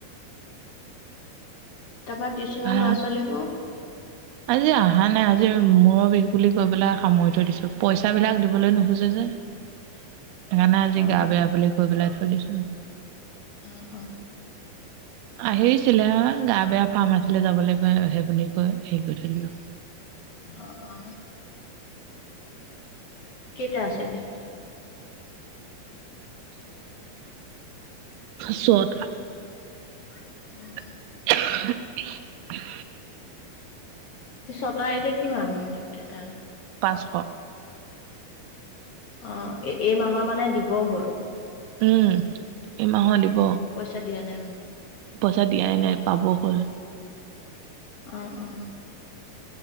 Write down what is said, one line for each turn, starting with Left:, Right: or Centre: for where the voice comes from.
Left: তাৰ পৰা টিউশ্যনৰ
Right: ভা
Left: ল'ৰা ছোৱালীবোৰ।
Right: আজি আহা নাই আজি মুৰৰ বিষ। বুলি কৈ পেলাই সামৰি থৈ দিছো পইচা বিলাক দিবলৈ নোখোজে যে। সেইকাৰণে আজি গা
Left: অ
Right: বেয়া বুলি কৈ পেলাই থৈ দিছোঁ।
Left: অঁ অঁ।
Right: আহিছিলে গা বেয়া ফাৰ্মাচীলৈ যাবলৈ কৈ সেবুলি কৈ হেৰি কৰি থৈ দিলো।
Left: অঁ অঁ। কেইটা আছে এতিয়া।
Right: চ'তা।
Left: উমঁ উমঁ!
Right: ওমহহ
Left: ছতা এতিয়া কিমান এটা।
Right: পাঁচশ।
Left: অঁ এই মাহৰ মানে দিব হ'ল।
Right: ওম এমাহৰ দিব।
Left: পইচা দিয়া নাই মানে।
Right: পইচা দিয়াই নাই পাব হ'ল।
Left: অঁ অঁ!